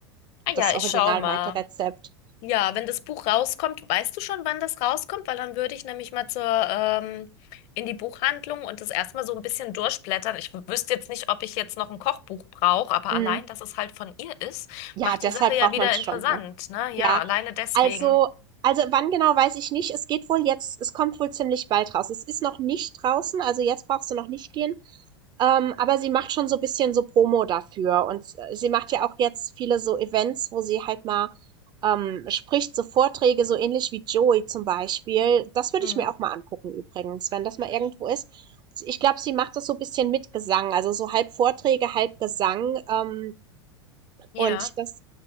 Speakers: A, on the left; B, on the right.
A: Ah
B: das
A: ja,
B: Ja.
A: ich
B: original
A: schau mal.
B: Maite-Rezept.
A: Ja, wenn das Buch rauskommt, weißt du schon, wann das rauskommt? Weil dann würde ich nämlich mal zur, ähm, in die Buchhandlung und das erstmal so ein bisschen durchblättern. Ich wüsste jetzt nicht, ob ich jetzt noch ein Kochbuch brauche, aber
B: Mhm.
A: allein, dass es halt von ihr ist,
B: Ja,
A: macht
B: deshalb
A: die Sache ja
B: braucht
A: wieder
B: man es
A: interessant,
B: schon, ne?
A: ne?
B: Ja,
A: Ja, alleine deswegen.
B: also also wann genau, weiß ich nicht. Es geht wohl jetzt es kommt wohl ziemlich bald raus. Es ist noch nicht draußen, also jetzt brauchst du noch nicht gehen. Ähm, aber sie macht schon so ein bisschen so Promo dafür und äh, sie macht ja auch jetzt viele so Events, wo sie halt mal ähm, spricht, so Vorträge, so ähnlich wie Joey zum Beispiel. Das würde
A: Hm.
B: ich mir auch mal angucken übrigens, wenn das mal irgendwo ist. Ich glaube, sie macht das so ein bisschen mit Gesang, also so halb Vorträge, halb Gesang. Ähm,
A: Ja.
B: und das,